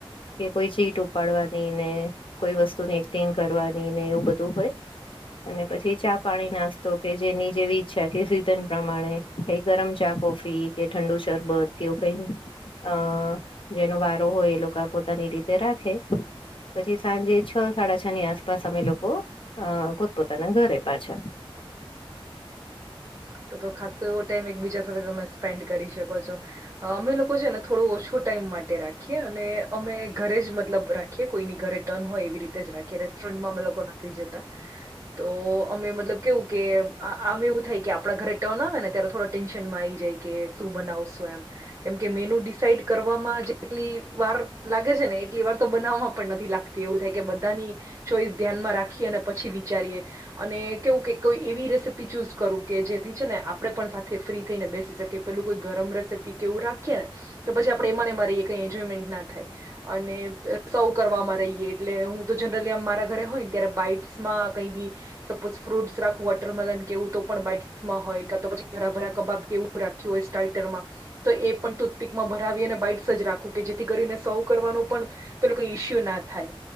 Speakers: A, on the left; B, on the right.
A: કે કોઈ ચીટ ઉપાડવાની ને કોઈ વસ્તુ ની એક્ટિંગ કરવાની ને એવું બધું હોય. અને પછી ચા પાણી નાસ્તો કે જેની જેવી ઈચ્છા કે સીઝન પ્રમાણે કે ગરમ ચા કોફી કે ઠંડુ શરબત કેવું કઈ અ જેનો વારો હોય એ લોકો પોતાની રીતે રાખે. અને પછી સાંજે છ સાડા છ ની આસપાસ અમે લોકો અ પોતપોતાના ઘરે પાછા
B: તો તો ખાસો એવો ટાઈમ એકબીજા સાથે તમે સ્પેન્ડ કરી શકો છો. અમે લોકો છે ને થોડો ઓછો ટાઈમ માટે રાખીએ અને અમે ઘરે જ મતલબ રાખીએ. રાખી કોઈની ઘરે ટર્ન હોય એવી રીતે જ રાખીએ રેસ્ટોરન્ટમાં અમે લોકો નથી જતા તો અમે મતલબ કેવું કે આમે એવું થઈ કે આપડા ઘરે ટર્ન આવે ને ત્યારે થોડા ટેન્શનમાં આ આવી જાય કે શું બનાવશું એમ. કેમકે મેનુ ડિસાઈડ કરવામાં જેટલી વાર લાગે છે ને એટલી વાર તો બનાવવામાં પણ નથી લાગતી. એવું થાય કે બધાની ચોઈસ ધ્યાનમાં રાખીએ અને પછી વિચારીએ અને કેવું કે કોઈ એવી રેસીપી ચૂઝ કરું કે જેથી છે ને આપણે પણ સાથે ફ્રી થઈને બેસી શકીએ પેલું કોઈ ગરમ રેસીપી કે એવું રાખીએ ને તો પછી આપણે એમાંને મારી કઈ એન્જોયમેન્ટ ના થાય. અને સૌ કરવામાં રહીયએ એટલે હું તો જનરલી મારા ઘરે હોય ને ત્યારે બાઈટસમાં કઈ બી સપોઝ ફ્રૂટસ રાખું વોટરમલન કેવું તો પણ બાઇટમાં હોય કા તો પછી ઘરા ભરા કબાબ કેવું રાખ્યું હોય સ્ટાટરમાં તો એ પણ ટૂથપીકમાં ભરાવી અને બાઈટ સજ રાખવું કે જેથી કરીને સૌ કરવાનો પણ પેલો કોઈ ઈસ્યુ ના થાય.